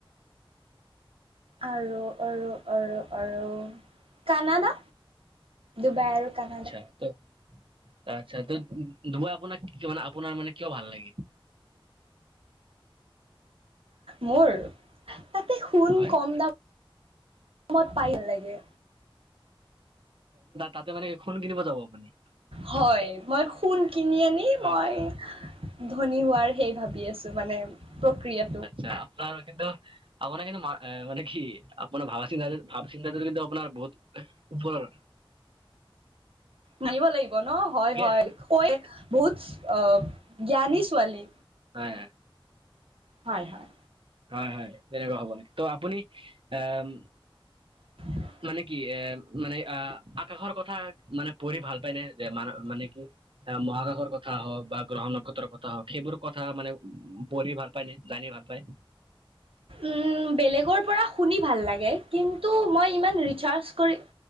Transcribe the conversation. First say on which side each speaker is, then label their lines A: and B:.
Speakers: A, on the right; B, on the right.
A: আৰু, আৰু, আৰু, আৰু কানাডা, ডুবাই আৰু কানাডা
B: আচ্ছা ত' আচ্ছা ত' ডুবাই আপোনাক মানে আপোনাৰ মানে কিয় ভাল লাগে?
A: মোৰ তাতে সুণ
B: হয়।
A: কম দামত পায় লাগে।
B: তাতে মানে সোন কিনিব যাব আপুনি?
A: হয় মই সোন কিনি আনি মই
B: আচ্ছা
A: ধনী হোৱাৰ সেই ভাবি আছোঁ মানে প্ৰক্ৰিয়া।
B: ছা, আপোনাৰ কিন্তু আপোনাৰ কিন্তু মা-মানে কি, আপোনাৰ ভাবা চিন্তা, ভাৱ চিন্তা কিন্তু আপোনাৰ বহুত ওপৰৰ।
A: মানিব লাগিব ন'? হয়
B: ঠিকে
A: হয়
B: আছে।
A: কই বহুত অ' জ্ঞানী ছোৱালী।
B: হয়।
A: হয় হয়।
B: হয় হয় তেনেকুৱা হ'ব লাগে। ত' আপুনি আহ
A: <inaudible>
B: মানে কি এ, মানে আ, আকাশৰ কথা মানে পঢ়ি ভাল পায় নে যে মান মানে কি আ, মহাকাশৰ কথা হওক বা গ্ৰহ নক্ষত্ৰৰ কথা হওক সেইবোৰ কথা মানে উ, পঢ়ি ভাল পায়নে জানি ভাল পায়?
A: উম, বেলেগৰ পৰা শুনি ভাল লাগে কিন্তু মই ইমান ৰিচাৰ্চ কৰি